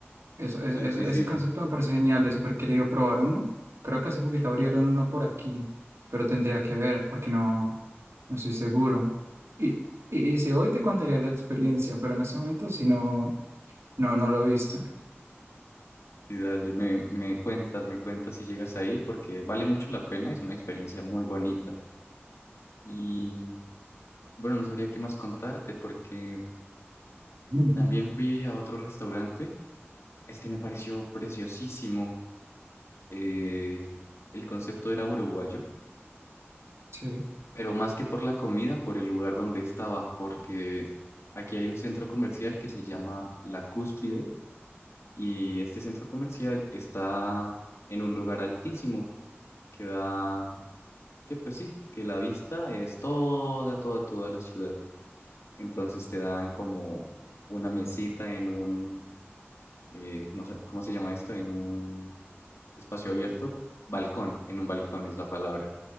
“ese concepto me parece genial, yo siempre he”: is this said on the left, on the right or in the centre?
Right